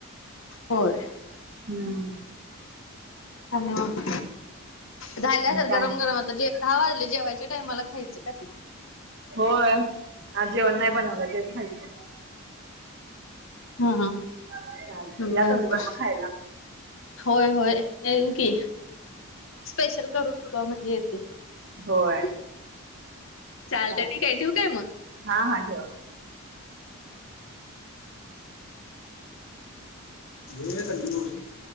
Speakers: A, on the left; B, on the right.
A: होय.
B: हम्म.
A: ले मग झाले असेल
B: काय
A: गरम गरम आता जे दहा वाजले झाले जेवायच्या टायमाला खायचं. का ते
B: होय आज जेवन नाय बनवला तेच खायचंय.
A: हा
B: चालतंय
A: बर
B: या तुम्ही
A: बर
B: पण मग खायला.
A: होय होय. ये की स्पेशल करून तुला म्हणजे येते <inaudible>
B: होय
A: <unintelligible> चालत
B: चालतंय
A: ठीक आहे ठेऊ काय मग.
B: हा हा ठेवा.
A: गला कंूनड <inaudible> <unintelligible>